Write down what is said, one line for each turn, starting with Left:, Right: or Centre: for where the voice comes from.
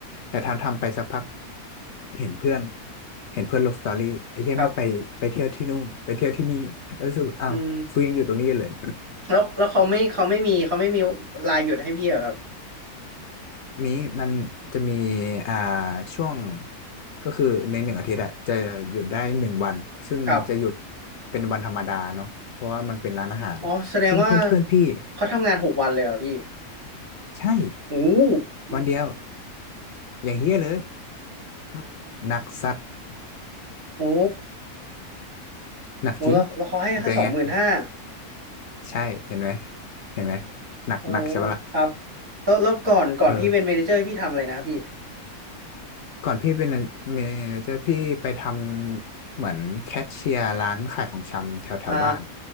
Left: แต่ทำทำไปสักพักเห็นเพื่อนเห็นเพื่อนลงสตอรี่ไอ้เหี้ยแมันไปไปเที่ยวที่นู่นไปเที่ยวที่นี่แล้วรู้สึกอ้าวกูยังอยู่ตรงนี้เลย
Right: ครับอืมแล้วแล้วเขาไม่เขาไม่มีเขาไม่มีลาหยุดให้พี่เหรอครับ
Left: มีมันจะมีอ่าช่วงก็คือในหนึ่งอาทิตย์อะจะหยุดได้หนึ่งวันซึ่งจะหยุด
Right: ครับ
Left: เป็นวันธรรมดาเนาะเพราะว่ามันเป็นร้านอาหารซึ่งเพื่อนเพื่อนพี่
Right: อ๋อแสดงว่าเขาทำงานหกวันเลยเหรอพี่
Left: ใช่
Right: โอ้โห
Left: วันเดียวอย่างเฮี้ยเลย <laughs> หนักสัตว์
Right: โอ้
Left: หนักจริง
Right: โหแล้วแล้วเขาให้แค่สองหมื่นห้า
Left: เป็นไงใช่เห็นไหมเห็นไหมหนักหนักใช่ปะล่ะ
Right: โอ้โหครับแล้วแล้วก่อนก่อนพี่เป็นเมเนเจอร์พี่ทำอะไรนะครับพี่
Left: เออก่อนพี่เป็นเมเจอร์พี่ไปทำเหมือนแคชเชียร์ร้านขายของชำแถวแถวบ้าน
Right: อ่า